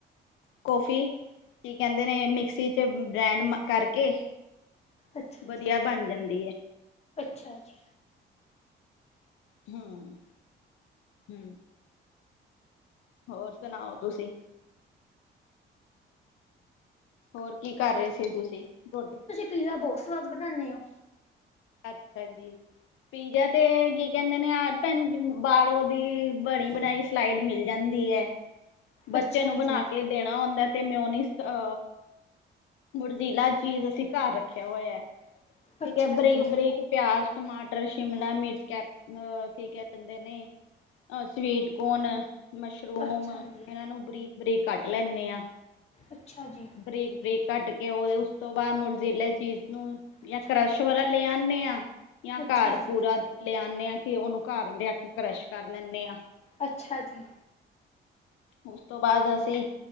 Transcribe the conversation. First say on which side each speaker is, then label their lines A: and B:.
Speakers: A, on the left (about 80°); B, on the left (about 35°).
A: ਕੋਫੀ, ਕੀ ਕੇਂਦੇ ਨੇ ਮਿਕਸੀ ਚ ਬ੍ਰੈਂਡ ਕਰਕੇ
B: ਅੱਛਾ
A: ਵਧੀਆ
B: ਜੀ-
A: ਬਣ ਜਾਂਦੀ ਹੈ
B: ਅੱਛਾ ਜੀ।
A: ਹੂੰ- ਹੁ। ਹੋਰ ਸੁਣਾਓ ਤੁਸੀ? ਹੋਰ ਕੀ ਕਰ ਰਏ ਸੀ ਤੁਸੀਂ? ਕੌਫੀ
B: ਪੀਜਾ ਬੋਤ ਸਵਾਦ ਬਨਾਨੇ ਓ।
A: ਅੱਛਾ ਜੀ। ਪੀਜ਼ਾ ਤੇ ਕੀ ਕੇਂਦੇ ਨੇ ਅ ਭੈਣ ਜੀ ਬਾਰੋਂ ਦੀ ਬਣੀ ਬਣਾਈ ਸਲਾਈਡ ਮਿਲ ਜਾਂਦੀ ਐ, ਬੱਚੇ
B: ਅੱਛਾ
A: ਨੂੰ ਬਣਾ
B: ਜੀ
A: ਕੇ ਦੇਣਾ ਹੁੰਦਾ ਤੇ ਮਿਓਨਿਸ ਅ ਵੁਰਜੀਲਾ ਚੀਜ਼ ਅਸੀਂ ਘਰ ਰੱਖੇਆ ਹੋਏਆ। ਠੀਕ
B: ਅੱਛਾ
A: ਹੈ ਬਰੇ
B: ਜੀ
A: ਇੱਕ ਪਿਆਜ, ਟਮਾਟਰ, ਸ਼ਿਮਲਾ ਮਿਰਚ, ਕੇਤਕੀ, ਕੀ ਕਹਿ ਦਿੰਦੇ ਨੇ ਹ ਸਵੀਟਕੋਨ, ਮਸ਼ਰੂਮ
B: ਅੱਛਾ
A: ਇਹਨਾਂ
B: ਜੀ
A: ਨੂੰ ਬਰੀਕ, ਬਰੀਕ ਕੱਟ ਲੈਂਦੇ ਆਂ।
B: ਅੱਛਾ ਜੀ।
A: ਬਰੀਕ -ਬਰੀਕ ਕੱਟ ਕੇ ਉਹ ਉਸ ਤੋਂ ਬਾਅਦ ਮੁਜ਼ਰੇਲਾ ਚੀਜ਼ ਨੂੰ ਜਾਂ
B: ਅੱਛਾ
A: ਕਰੱਸ਼
B: ਜੀ,
A: ਵਾਲਾ ਲੈ ਆਉਦੇ ਹਾਂ ਜਾਂ
B: ਅੱਛਾ
A: ਘਰ
B: ਜੀ
A: ਪੂਰਾ ਲਿਆਨੇ ਆ ਕਿ ਉਹਨੂੰ ਘਰ ਲਿਆ ਕੇ ਕਰਸ਼ ਕਰ ਲੈਂਦੇ ਆ।
B: ਅੱਛਾ ਜੀ।
A: ਉਸ ਤੋਂ ਬਾਅਦ ਅਸੀਂ